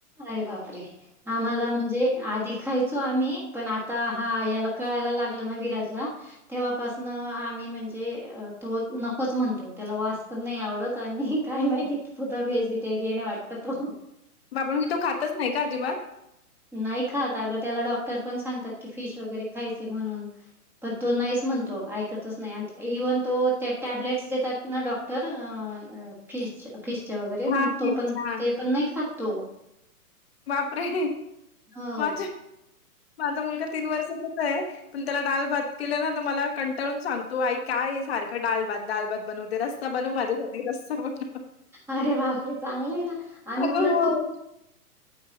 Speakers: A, in the centre; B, on the left.
A: अरे बाप रे आम्हाला म्हणजे. आधी खायचो आम्ही पण आता हा याला कळायला लागल ना विराजला. तेव्हापासन आम्ही म्हणजे तो नकोच म्हणतो त्याला वास पण नाही आवडत आणि काय माहिती पुता व्हेजिटेरियन आहे वाटत तो.
B: बापण मी तो खातच नाही का अजिबात.
A: नाही खात अग त्याला डॉक्टर पण सांगतात की फिश वगैरे खायचे म्हणून पण तो नाहीच म्हणतो ऐकतच नाही आणि इव्हन तो त्या टॅबलेट्स देतात ना डॉक्टर. फिश फिशच्या वगैरे
B: हा
A: पण तो
B: तेच
A: पण ते
B: हा
A: पण नाही खातो.
B: बापरे
A: हो.
B: माझ माझा मुलगा तीन वर्षाचा च आहे. पण त्याला डाल भात केले ना तर मला कंटाळून सांगतो आई काय आहे सारखं डाल भात डाल भात बनव ते रस्ता बनवू माझ्यासाठी रस्ता बनव.
A: अरे बापरे चांगलं आहे ना आम्ही
B: अगं
A: उलट
B: हो,
A: खूप